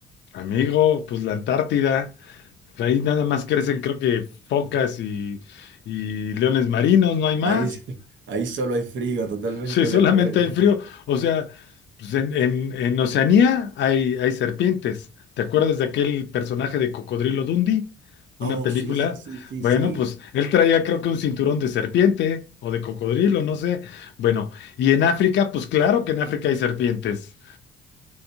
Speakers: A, on the left; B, on the right.
A: Amigo, pues la Antártida. Ahí nada más crecen, creo que focas y, y leones marinos, no hay más.
B: Ahí, <laughs> ahí solo hay frío, totalmente
A: Sí, solamente
B: de acuerdo.
A: hay frío. O sea, pues en, en- en Oceanía hay, hay serpientes. ¿Te acuerdas de aquel personaje de Cocodrilo Dundee? Una
B: Oh,
A: película.
B: sí, sí, sí, sí,
A: Bueno,
B: sí.
A: pues él traía creo que un cinturón de serpiente o de cocodrilo, no sé. Bueno, y en África, pues claro que en África hay serpientes.